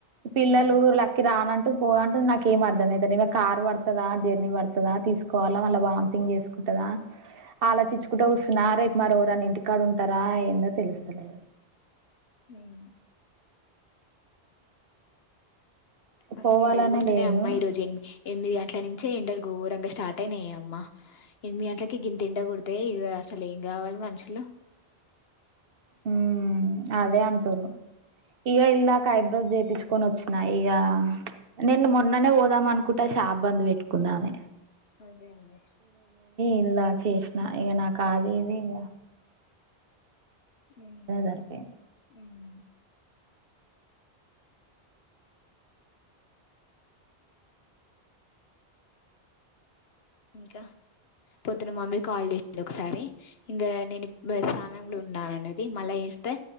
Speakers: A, on the right (about 60°); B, on the left (about 70°).
A: పిల్లలు
B: ఉహు
A: లక్కీ రానంటు పో అంటుంది నాక్ ఎం అర్ధమయితలే ఇంగ కార్ వడ్తదా జర్నీ వడ్తదా తీస్కోవాలా మల్ల వామ్టింగ్ చేస్కుంటాదా ఆలోచించుకుంట కుసున రేప్ మరి ఏవరన్న ఇంటికాడ ఉంటర ఏందో తెలుస్తలే
B: హ్మ్మ్ మస్త్
A: పోవాలనే
B: ఎండలు కొడుతున్నాయి
A: లేదు
B: అమ్మా ఈ రోజు ఎన్ ఎనిమిది గం ఇట్లేలించే ఎండలు గోరంగా స్టార్ట్ అయినాయె అమ్మా ఎనిమిది గంట్లకే గింత ఎండ కొడ్తే అసల్ ఇంగ ఎవల్ మనుషులు
A: మ్మ్ అదే అంటురు ఈగ ఇల్దక ఐబ్రోజ్ జేపీచు కొనొచ్చిన ఇగ నేన్ మిన్ననే వోదాం అనుకుట షాప్ బంద్ వెటుకుంద్ ఆమె
B: అదేంది
A: ఇందాక చేసిన ఇగ నాక్ కాదు ఇది ఇంగ
B: మ్మ్
A: సరిపోయింది
B: మ్మ్ ఇంక పొద్దున మమ్మీ కాల్ చేసింది ఒకసారి ఇంగా నేను ఇప్ స్థానంలో ఉన్నానన్నది మళ్ళా చే ఇస్తే